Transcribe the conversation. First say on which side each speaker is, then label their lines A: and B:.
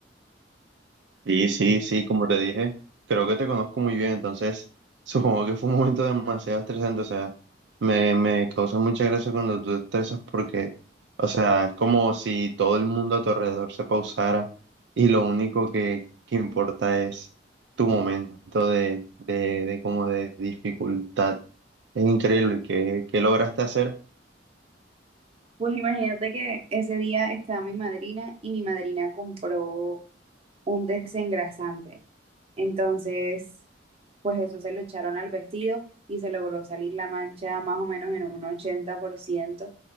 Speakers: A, on the right; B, on the right.
A: Sí, sí, sí, como te dije, creo que te conozco muy bien, entonces <laughs> supongo que fue un momento demasiado estresante, o sea, me, me causa mucha gracia cuando tú te estresas porque, o sea, es como si todo el mundo a tu alrededor se pausara y lo único que, que importa es tu momento de, de, de como de dificultad. Es increíble que, que lograste hacer
B: Pues imagínate que ese día estaba mi madrina y mi madrina compró un desengrasante. Entonces, pues eso se lo echaron al vestido y se logró salir la mancha más o menos en un ochenta por ciento